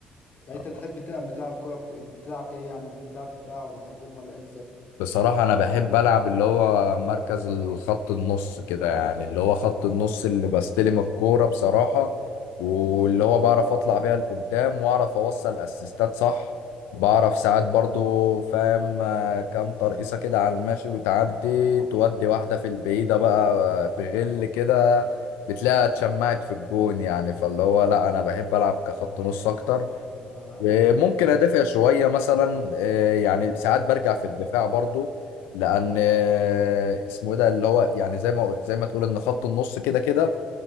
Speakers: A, on the left; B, on the left.
A: يعني
B: <laughs>
A: انت بتحب تلعب بتلعب كوره بت- بتلعب ايه يعني بتلعب دفاع ولا هجوم ولا ايه بالظبط
B: بصراحة أنا بحب ألعب اللي هو مركز الخط النص كده يعني اللي هو خط النص اللي بستلم الكورة بصراحة واللي هو بعرف أطلع بيها لقدام وأعرف أوصل أسيستات صح بعرف ساعات برضو فاهم آه، كام ترقيصة كده على الماشي وتعدي تودي واحدة في البعيدة بقى آه، بغل كده بتلاقيها اتشمعت في الجون يعني فاللي هو لأ أنا بحب ألعب كخط نص أكتر
A: ما-
B: ممكن ادافع شويه مثلا آه، يعني ساعات برجع في الدفاع برضو لان آه، اسمه ايه ده اللي هو يعني زي ما زي ما تقول ان خط النص كده كده